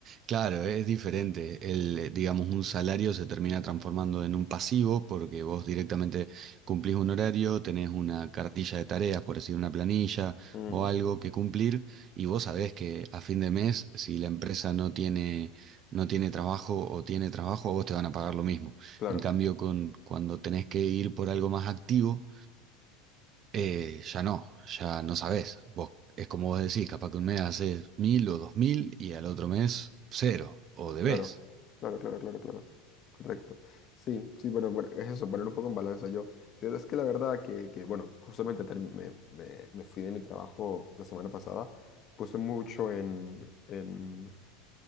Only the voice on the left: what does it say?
Ujú,
Claro.
Claro, claro, claro, claro, claro. Correcto. Sí, sí, bueno, por- es eso, poner un poco en balanza. Yo, yo es que la verdad que, que, bueno, justamente term- me, me- me fui de mi trabajo la semana pasada, puse mucho en, en-